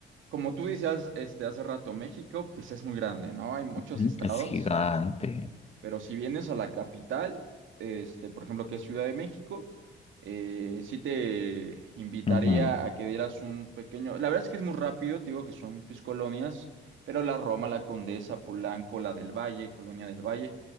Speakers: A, on the right; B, on the left.
A: como tú decías este, hace rato, México, pues es muy grande, ¿no? Hay muchos
B: Ujú.
A: estados.
B: Es gigante.
A: Pero si vienes a la capital, este, por ejemplo, que es Ciudad de México, eh, sí te invitaría
B: Ujú,
A: a que dieras un pequeño. La verdad es que es muy rápido, te digo que son pues, colonias, pero la Roma, la Condesa, Polanco, la del Valle, Colonia del Valle,